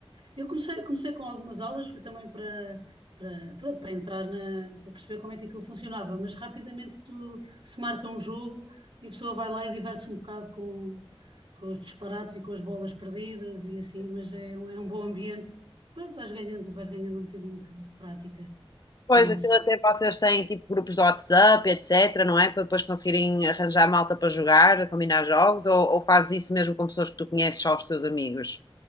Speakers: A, on the right; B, on the left.
A: Eu comecei, comecei com algumas aulas, foi também para, para, pronto, para entrar na, para perceber como é que aquilo funcionava, mas rapidamente tu se marca um jogo e a pessoa vai lá e diverte-se um bocado com, com os disparates e com as bolas perdidas e assim, mas é, um- é um bom ambiente. Pronto, vais ganhando, vais ganhando um bocadinho de, de prática com
B: Pois,
A: isso.
B: aquilo até vocês têm tipo grupos de WhatsApp, etc, não é? Para depois conseguirem arranjar malta para jogar, combinar jogos, ou, ou fazes isso mesmo com pessoas que tu conheces, só os teus amigos?